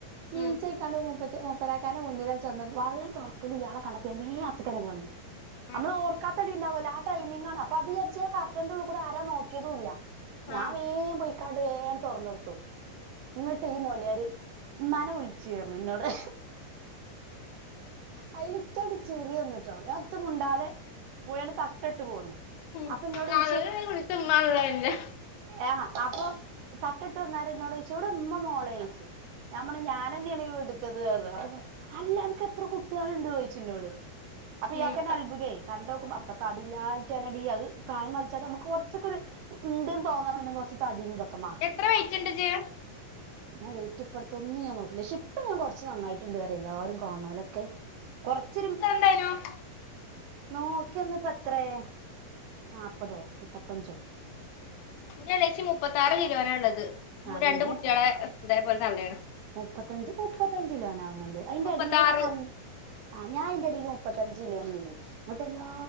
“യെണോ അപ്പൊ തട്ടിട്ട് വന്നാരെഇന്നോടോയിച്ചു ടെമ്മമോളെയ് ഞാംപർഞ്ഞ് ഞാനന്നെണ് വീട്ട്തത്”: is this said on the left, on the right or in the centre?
Right